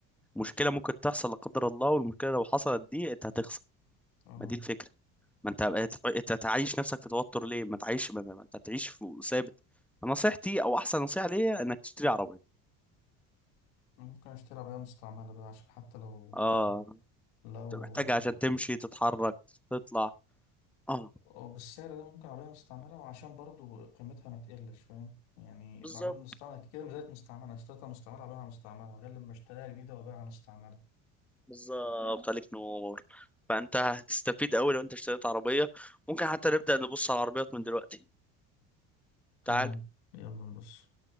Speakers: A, in the centre; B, on the left.
A: مشكله ممكن تحصل لا قدر الله والمشكله لو حصلت دي انت هتخسر
B: اه
A: ما دي الفكره ما انت هت- انت تعيش نفسك في توتر ليه ما تعيش ما ما- انت تعيش في ثابت نصيحتي او احسن نصيحه ليا انك تشتري عربيه
B: ممكن أشتري عربية مستعملة بقى عشان حتى لو
A: اه
B: آه، لو
A: انت محتاجها
B: آه،
A: عشان تمشي تتحرك تطلع اه
B: أو بالسعر ده ممكن عربية مستعملة وعشان برضه قيمتها ما تقلش فاهم يعني
A: بالظبط
B: العربية المستعملة كده ما زالت مستعملة أنا اشتريتها مستعملة أبيعها مستعملة غير لما اشتريها جديدة وأبيعها مستعملة
A: بالظبط عليك نور فانت هتستفيد قوي لو انت اشتريت عربيه ممكن حتى نبدا نبص على العربيات من دلوقتي
B: تمام
A: تعال
B: يلا نبص